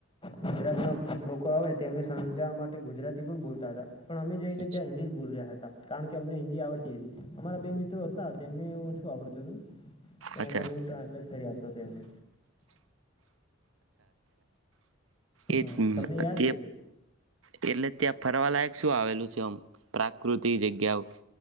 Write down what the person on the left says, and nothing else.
ગુજરાત ના લોકો આવે તેમને સમજાવવા માટે ગુજરાતી પણ બોલતા હતા પણ અમે જઈને
ત્યાં હિન્લી જ બોલ્યા હતા કારણ કે અમને આવડતી હતી અમારા બે મિત્રો હતા તેમને હું શું આવડતું હતું. તેના
કારણે હું ટ્રાન્સલેટ કરી આપતો હતો એમને.
હા તમને
યાદ
હશે